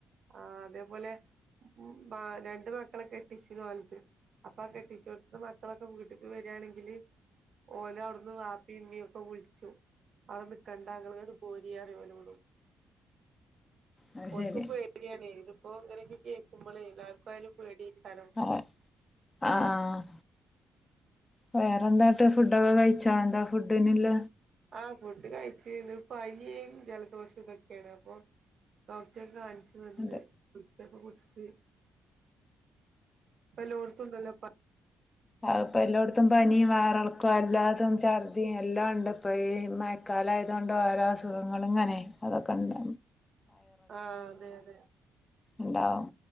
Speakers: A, on the right (about 60°); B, on the left (about 25°).
A: ആഹ് അതേപോലെ ഉ ആഹ് രണ്ട് മക്കളെ കെ ട്ടിച്ച്ണോല്ത്. അപ്പാ കെട്ടിച്ചോട്ത്ത മ ക്കളൊക്കെ വീട്ട്ക്ക് വരാണെങ്കില് ഓലവിടുന്ന് വപ്പിമ്മീം ഒക്കെ വുൾച്ചും അവടെ നിക്കണ്ടാങ്ങള്ങ്ങട്ട് പോരിയറി ഓലോടും
B: അത്
A: ഓൽക്ക്പ്പേ
B: ശരി
A: ടിയാണേ ഇത്പ്പൊ ങ്ങനെയൊക്കെ കേക്കുമ്പളേ ല്ലാർക്കു ആയാലും പേടിയെയ്ക്കാരം
B: അ ആഹ് വേറെന്താട്ട് ഫുഡൊക്കെ കഴിച്ചാ ന്താ ഫുഡിനില്ല
A: ആഹ് ഫുഡ് കഴിച്ചു ന്ന് പനിയും ജലദോഷോതൊക്കേണ് അപ്പൊ ഡോക്ടറെ കാണിച്ച് വന്നു
B: അതെ
A: <unintelligible> കുടിച്ചു പ്പെല്ലോട്ത്തുണ്ടല്ലോ പ
B: അഹ് പ്പൊല്ലോട്ത്തും പനിയും വയറളക്ക ക്കോ ല്ലാതും ഛർദിയും എല്ലാണ്ട്പ്പയീ മയക്കാലായതോണ്ടോരോ അസുഖങ്ങള്ങ്ങനെ അതൊക്കണ്ട്
A: ആഹ് അതെ അതെ
B: ഉണ്ടാവും